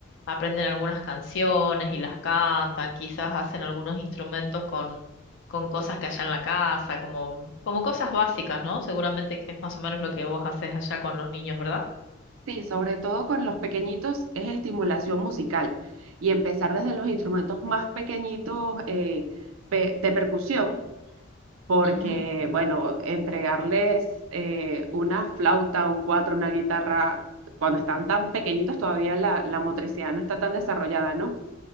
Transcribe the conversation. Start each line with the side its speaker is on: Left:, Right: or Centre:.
Left: aprenden algunas canciones y las cantan, quizás hacen algunos instrumentos con, con cosas que haya en la casa, como, como cosas básicas, ¿no? Seguramente que es más o menos lo que vos haces allá con los niños, ¿verdad?
Right: Sí, sobre todo con los pequeñitos es estimulación musical y empezar desde los instrumentos más pequeñitos eh, pe- de percusión, porque,
Left: Ujú,
Right: bueno, entregarles eh, una flauta, un cuatro, una guitarra, cuando están tan pequeñitos todavía la, la motricidad no está tan desarrollada, ¿no?